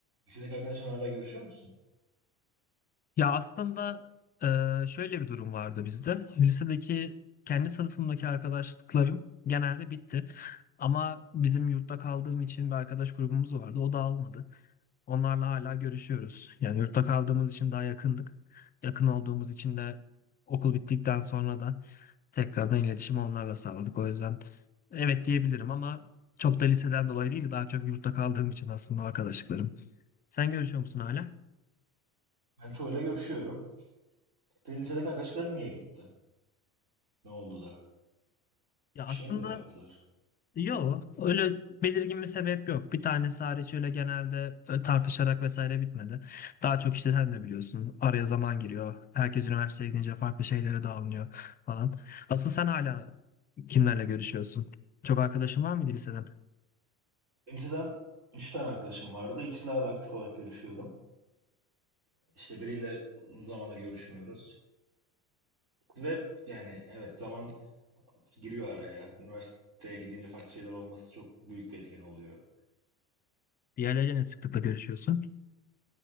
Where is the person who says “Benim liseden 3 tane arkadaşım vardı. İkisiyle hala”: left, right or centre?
Right